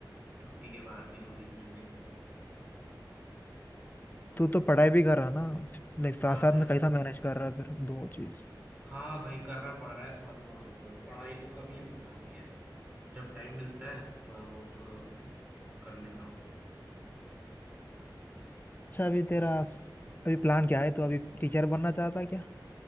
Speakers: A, on the right (about 15°); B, on the left (about 25°).
A: छुट्टी के बाद भी 2-3 घंटे रुकना पड़ता है।
B: तू तो पढ़ाई भी कर रहा है ना लाइक साथ
A: हाँ
B: साथ
A: भाई,
B: में कैसा मैनेज कर रहा है फिर दो चीज
A: हाँ भाई करना पड़ रहा है थोड़ा-थोड़ा मतलब पढ़ाई तो कम ही हो पाती है। जब टाइम मिलता है थोड़ा बहुत तो कर लेता हूँ।
B: अच्छा अभी तेरा अभी प्लान क्या है तो अभी टीचर बनना चाहता है क्या